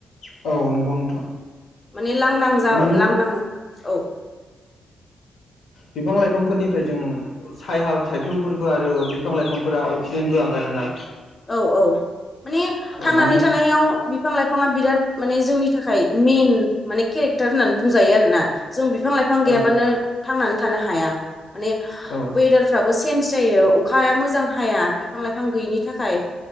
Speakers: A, on the left; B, on the left.
A: औ नंगौ नोंथां
B: माने लांदां जाबाय
A: माने
B: लांदां औ
A: बिफां लाइफांफोरनिफ्राय जों साय सायख्लुमफोरबो आरो बिफां लाइफांफोरा अक्सिजेनबो आगारोना <inaudible>
B: औ औ माने थांनानै
A: माने
B: थानायाव बिफां-, लाइफांङा बिराद माने जोंनि थाखाय मइेन माने केरेक्टार होननानै बुंजायो आरोना जों बिफां लाइफां बिफां गैयाबानो
A: औ
B: थांनानै थानो हाया। माने
A: औ
B: वेदारफ्राबो चेन्ज जायो अखाया मोजां हाया बिफां लाइफां गैयिनि थाखाय